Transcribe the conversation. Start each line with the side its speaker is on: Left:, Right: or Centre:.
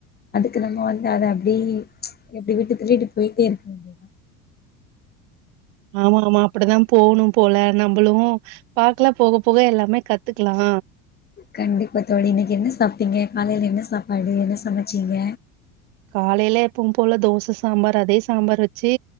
Left: அதுக்கு நம்ம வந்து அத அப்டி எப்டி விட்டு தள்ளிட்டு போயிட்டே இருக்கணு
Right: ஆமா ஆமா அப்டிதா போணு போல நம்மளு பாக்கலா போக போக எல்லாமே கத்துக்கலா
Left: கண்டிப்ப தோழி இன்னைக்கி என்ன சாப்பிட்டீங்க காலையில என்ன சாப்பாடு என்ன சமச்சீங்க
Right: காலையில எப்பவும் போல தோசை சாம்பார் அதே சாம்பார் வச்சி